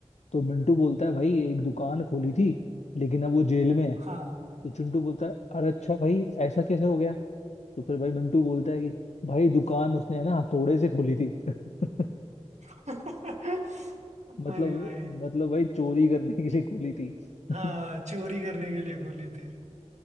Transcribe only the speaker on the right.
हाँ
<laughs>
अरे भाई
हाँ चोरी करने के लिए खोली थी